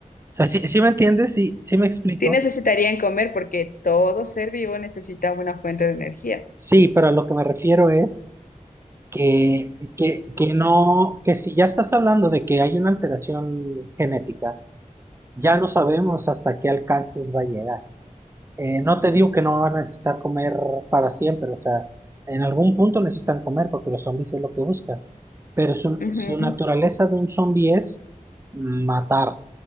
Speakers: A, on the right (about 20°); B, on the left (about 90°).
A: sea, ¿sí, sí me entiendes? Sí, sí me explico.
B: Sí necesitarían comer porque todo ser vivo necesita una fuente de energía.
A: Sí, pero a lo que me refiero es que, que, que no, que si ya estás hablando de que hay una alteración genética, ya no sabemos hasta qué alcances va a llegar. Eh, no te digo que no van a necesitar comer para siempre, o sea, en algún punto necesitan comer porque los zombies es lo que buscan, pero su,
B: Ujú,
A: su naturaleza de un zombie es matar,